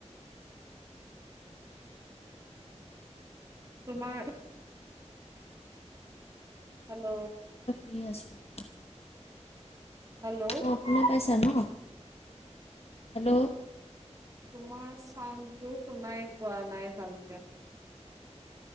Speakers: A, on the right (about 30°); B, on the left (about 55°).
A: তুমাৰ হেল্ল'?
B: কৰি আছোঁ
A: হেল্ল'
B: অ' শুনা পাইছা ন? হেল্ল'?
A: তোমাৰ চাউণ্ডটো শুনাই পোৱা নাই ভালকে।